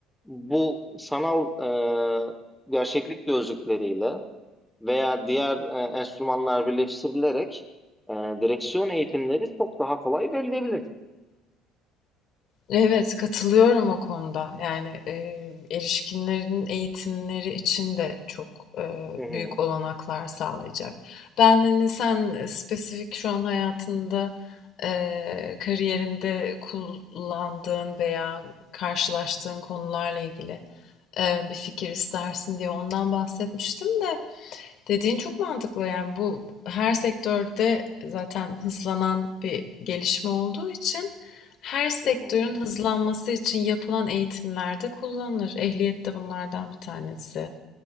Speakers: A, in the centre; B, on the left (about 55°).
A: bu sanal eee, gerçeklik gözlükleriyle veya diğer eee, enstrümanlar birleştirilerek eee, direksiyon eğitimleri çok daha kolay verilebilir.
B: Evet, katılıyorum o konuda. Yani, eee, erişkinlerin eğitimleri için de çok, eee,
A: Hı hı,
B: büyük olanaklar sağlayacak. Ben, hani, sen, eee, spesifik şu an hayatında, eee, kariyerinde kullandığın veya karşılaştığın konularla ilgili, eee, bir fikir istersin diye ondan bahsetmiştim de Dediğin çok mantıklı yani bu her sektörde zaten hızlanan bir gelişme olduğu için her sektörün
A: hı hı.
B: hızlanması için yapılan eğitimlerde kullanılır. Ehliyet de bunlardan bir tanesi.